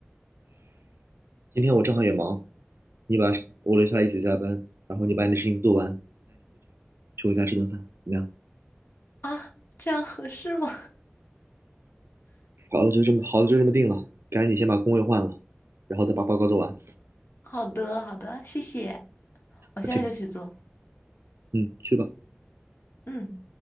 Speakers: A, on the right (about 85°); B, on the left (about 60°).
A: 今天我正好也忙，你把我留下来一起加班，然后你把你的事情做完，去我家吃顿饭，怎么样？
B: 啊，这样合适吗？
A: 好了，就这么好了，就这么定了。赶紧先把工位换了，然后再把报告做完。
B: <laughs> 好的好的，谢谢。我现在就去做。
A: 快去吧，嗯，去吧。
B: 嗯。